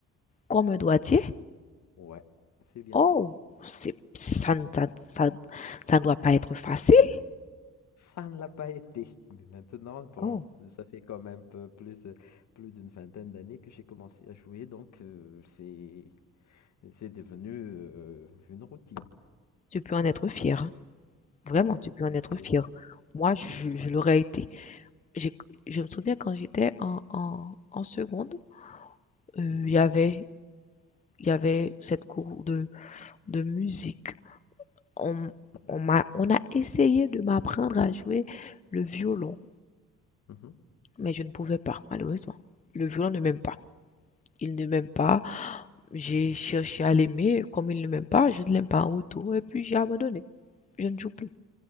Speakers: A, on the left; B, on the left.
A: comme un droitier?
B: Ouais, c'est bien
A: Oh,
B: ça.
A: c'est, ça, ne- ça, ça, ça ne doit pas être facile.
B: Ça ne l'a pas été. Mais maintenant, bon,
A: Oh,
B: ça fait quand même peu- plus, euh, plus d'une vingtaine d'années que j'ai commencé à jouer, donc euh, c'est, c'est devenu euh, une routine.
A: tu peux en être fier, hein. Vraiment,
B: Ouais,
A: tu peux en
B: merci.
A: être fier. Moi, je, je l'aurais été. J'ai- je me souviens quand j'étais en, en, en seconde, euh,
B: Mhm,
A: il y avait, il y avait cette cour de de musique. On,
B: mhm,
A: on m'a, on a essayé de m'apprendre à jouer le violon,
B: mhm,
A: mais je ne pouvais pas, malheureusement. Le violon ne m'aime pas. Il ne m'aime pas. J'ai cherché à l'aimer. Comme il ne m'aime pas, je ne l'aime pas en retour. Et puis j'ai abandonné. Je ne joue plus.